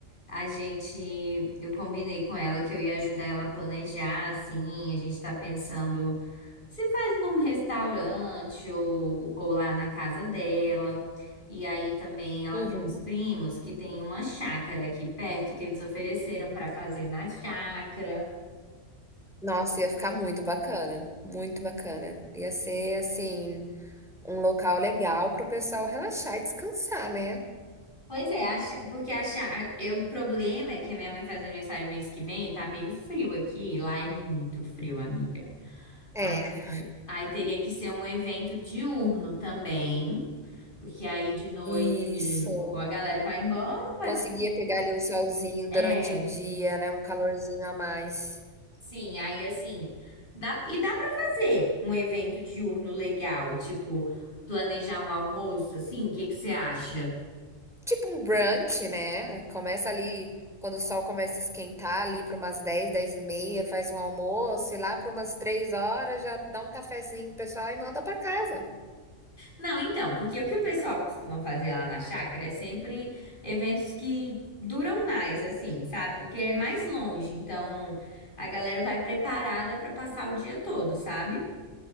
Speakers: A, on the left; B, in the centre.
A: A gente, eu combinei com ela que eu ia ajudar ela a planejar, assim, a gente tá pensando se faz num restaurante ou, ou lá na casa dela. E aí também ela
B: Uhum.
A: tem uns primos que tem uma chácara aqui perto que eles ofereceram pra fazer na chácara.
B: Nossa, ia ficar muito bacana, muito bacana. Ia ser, assim, um local legal pro pessoal relaxar e descansar, né?
A: Pois é, a chá- porque a chá- eu- o problema é que a minha mãe faz aniversário mês que vem e tá meio frio aqui, e lá é muito frio, amiga. Aí,
B: É,
A: aí teria que ser um evento diurno também. Porque aí de noite
B: isso.
A: ou a galera vai embora, ou vai.
B: Conseguia pegar ali um solzinho
A: É,
B: durante o dia, né? Um calorzinho a mais.
A: sim, aí assim. Dá, e dá pra fazer um evento diurno legal, tipo, planejar um almoço, assim, o que que você acha?
B: Tipo um brunch, né? Começa ali, quando o sol começa a esquentar, ali para umas 10, 10 e meia, faz um almoço e lá para umas 3 horas já dá um cafezinho pro pessoal e manda para casa.
A: Não, então, porque o que o pessoal costuma fazer lá na chácara é sempre eventos que duram mais, assim, sabe? Porque é mais longe, então a galera vai preparada pra passar o dia todo, sabe?